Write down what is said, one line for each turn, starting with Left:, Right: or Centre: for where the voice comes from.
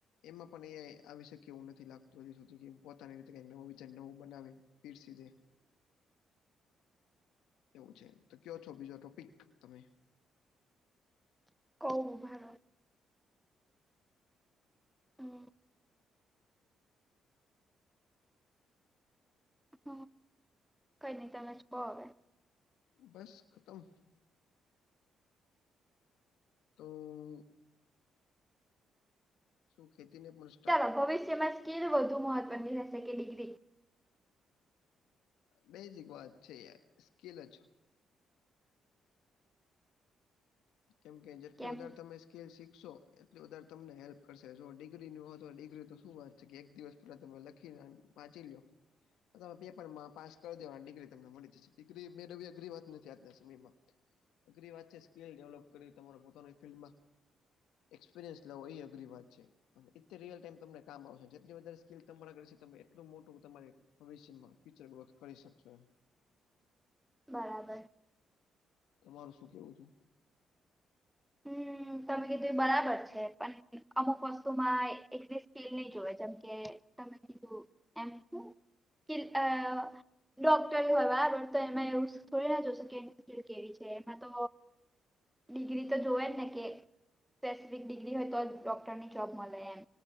Left: એમાં પણ એઆઈ આવી શકે, એવું નથી લાગતું. હજી સુધી કે પોતાની રીતે કે નવું વિચાર, નવું બનાવે પીરસી દે. એવું છે? તો કયો છો બીજો ટોપિક તમે
Centre: કવુ ઉભા રો. હમ હ કઈ નહી તમે જ કહો હવે
Left: બસ, ખતમ. તો શું? ખેતીને પુસ
Centre: ચાલો. ભવિષ્યમાં સ્કીિલ વધુ મહત્વની રહેશે કે ડિગ્રી?
Left: બેઝિક વાત છે. સ્કેલ જ કેમ કે જેટલી
Centre: કેમ
Left: વધારે તમે સ્કીલ શીખશો. એટલી વધારે તમને હેલ્પ કરશે.. જો ડિગ્રીની હોય તો ડિગ્રી તો શું વાત કે એક દિવસ પેલા તમે લખીને વાંચી લ્યો. મે પેપરમાં પાસ કરી દેવા અને ડિગ્રી તમને મળી જ છે. ડિગ્રી મેંળવી અઘરી વાત નથી આજના સમયમાં- અઘરી વાત છે, સ્કીલ ડેવલપ કરીવી તમારે પોતાની ફિલ્ડમાં એક્સપિરિયન્સ લાવવો એ અઘરી વાત છે. અને એતી રિયલ ટાઈમ તમને કામ આવશે. જેટલી વધારે સ્કીલ તમારા કરશે, તમે એટલું મોટું તમારી ભવિષ્યમાં ફ્યુચર ગ્રોથ કરી શકશો એમ.
Centre: બરાબર.
Left: તમારું શું કેવું છે? હ
Centre: હમ
Left: <unintelligible>
Centre: તમે કીધું એ બરાબર છે પણ અમુક વસ્તુમાં એક એક સ્કીલ નહી જોવે, જેમ કે તમે કીધું એમ હું સ્કીલ અ. ડોક્ટર હોય બરાબર. તો એમાં એવું થોડી ના જોશ કે સ્કીલ કેવી છે, એમાં તો ડિગ્રી તો જોવે ને કે સ્પેસિફિક ડિગ્રી હોય, તો ડોક્ટરની જોબ મળે એમ.